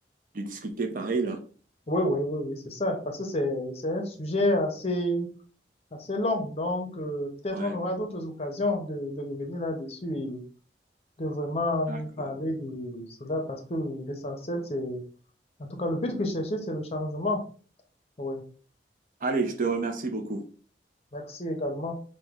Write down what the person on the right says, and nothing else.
de discuter pareil là.
Ouais,
d'accord.
Allez, je te remercie beaucoup.